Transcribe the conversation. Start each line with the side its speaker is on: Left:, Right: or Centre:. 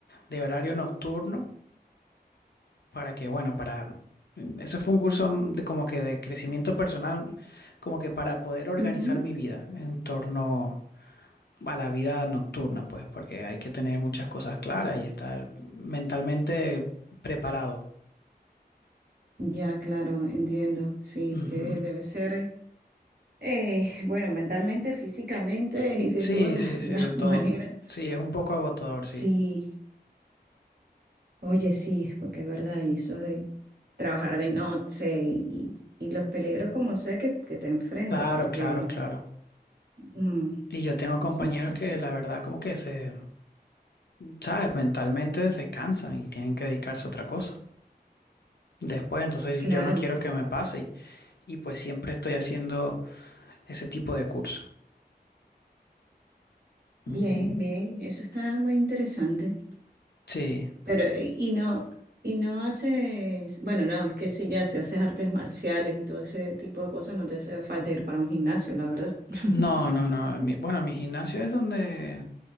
Left: de horario nocturno para que, bueno, para... mm, Eso fue un curso mm, de como que de crecimiento personal, como que para poder organizar
Right: Ujú.
Left: mi vida en torno a la vida nocturna, pues, porque hay que tener muchas cosas claras y estar mentalmente preparado.
Right: Ya, claro, entiendo. Sí,
Left: Ujú.
Right: es que debe ser, eh, bueno, mentalmente, físicamente y de
Left: Sí,
Right: todas las,
Left: sí, sí,
Right: <laughs> las
Left: de todo.
Right: maneras.
Left: Sí, es un poco agotador, sí.
Right: Sí, oye, sí, porque es verdad, y eso de trabajar de noche y, y los peligros como sea que, que te enfrentas,
Left: Claro,
Right: porque...
Left: claro, claro.
Right: mm,
Left: Y yo tengo compañeros
Right: sí, sí,
Left: que
Right: sí.
Left: la verdad como que se, ¿sabes? Mentalmente se cansan y tienen que dedicarse a otra cosa. Después, entonces
Right: Claro.
Left: yo no quiero que me pase. y pues siempre estoy haciendo ese tipo de curso. Ujú.
Right: Bien, bien, eso está muy interesante.
Left: Sí.
Right: Pero, y no, y no haces, bueno, no, es que sí, ya si haces artes marciales y todo ese tipo de cosas, no te hace falta ir para un gimnasio, la verdad. <laughs>
Left: No, no, no. mi- bueno, mi gimnasio es donde,